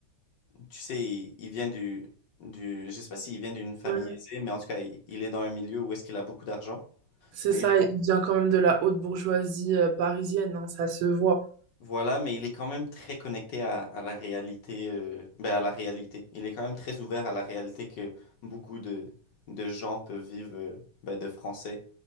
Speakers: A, on the left; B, on the right.
A: tu sais, il, il vient du, du, je sais pas s'il vient d'une famille
B: ouais.
A: aisée, mais en tout cas, il, il est dans un milieu où est-ce qu'il a beaucoup d'argent.
B: C'est
A: Mais
B: ça,
A: il-
B: il vient quand même de la haute bourgeoisie euh, parisienne, hein, ça se voit.
A: voilà, mais il est quand même très connecté à, à la réalité, euh, ben à la réalité. Il est quand même très ouvert à la réalité que beaucoup de, de gens peuvent vivre, euh, ben, de français.